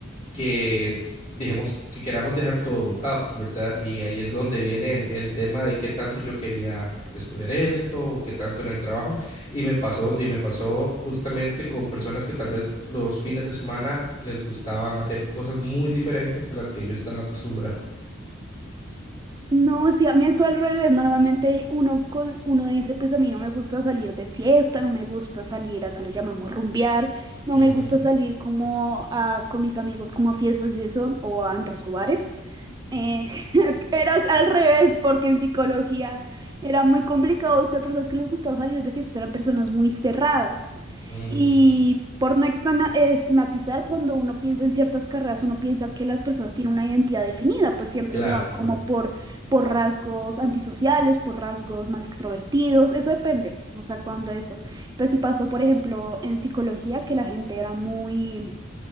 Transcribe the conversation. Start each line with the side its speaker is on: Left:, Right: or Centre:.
Left: que dejemos, que queramos dejar todo botado, ¿verdad? Y ahí es donde viene el, el tema de qué tanto yo quería estudiar esto o qué tanto en el trabajo. Y me pasó, y me pasó justamente con personas que tal vez los fines de semana les gustaban hacer cosas muy diferentes a las que yo estaba acostumbrado.
Right: No, sí, a mí fue al revés. Normalmente uno, con, uno dice, pues a mí no me gusta salir de fiesta, no me gusta salir, acá lo llamamos rumbear, no
Left: Ujú,
Right: me gusta salir como a- con mis amigos como a fiestas y eso, o a antros o bares. Eh, <laughs> eras al revés, porque en psicología era muy complicado buscar personas que les gustaba salir de fiestas, eran personas muy cerradas.
Left: ujú.
Right: Y por no extama- eh, estigmatizar, cuando uno piensa en ciertas carreras, uno piensa que las personas tienen una identidad definida, pues siempre
Left: Claro,
Right: se van como
Left: claro.
Right: por, por rasgos antisociales, por rasgos más extrovertidos, eso depende, o sea, cuando eso. Pues si pasó, por ejemplo, en psicología, que la gente era muy